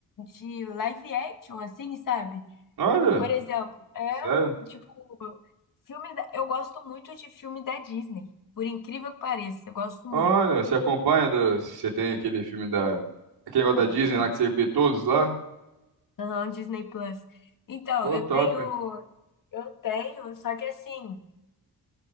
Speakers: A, on the left (about 55°); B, on the right (about 80°).
A: de live action, assim, sabe?
B: Olha.
A: Por exemplo, é.
B: Sério?
A: Tipo, Filme da- Eu gosto muito de filme da Disney, por incrível que pareça, eu gosto
B: Olha,
A: muito.
B: você acompanha, da- você tem aquele filme da... Aquele negócio
A: Ah,
B: da Disney
A: eu-
B: lá que você vê todos lá?
A: Aham, Disney Plus. Então,
B: Pô,
A: eu
B: top.
A: tenho, eu tenho, só que assim,